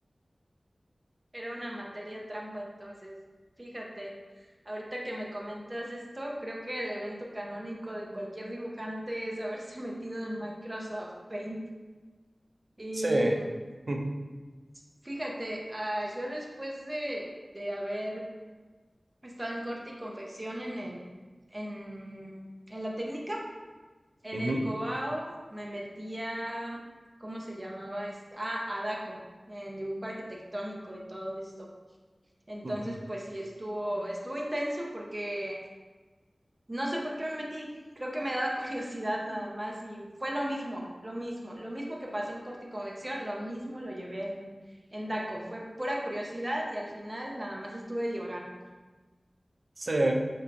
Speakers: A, on the right (about 25°); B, on the right (about 60°).
A: Era una materia trampa, entonces, fíjate, ahorita que me comentas esto, creo que el evento canónico de cualquier dibujante es haberse <laughs> metido en Microsoft Paint. Y
B: Sí. <laughs>
A: fíjate, ah, yo después de, de haber estado en corte y confección en el, en, en la técnica, En
B: Ujú,
A: el Cobao me metía, ¿cómo se llamaba esto? Ah, a DACO, en dibujo arquitectónico y todo esto. Entonces,
B: ujú.
A: pues sí, estuvo, estuvo intenso porque no sé por qué me metí. Creo que me daba <laughs> curiosidad nada más y fue lo mismo, lo mismo, lo mismo que pasó en corte y convección, lo mismo lo llevé en, en DACO. Fue pura curiosidad y al final nada más estuve divagando.
B: Sí.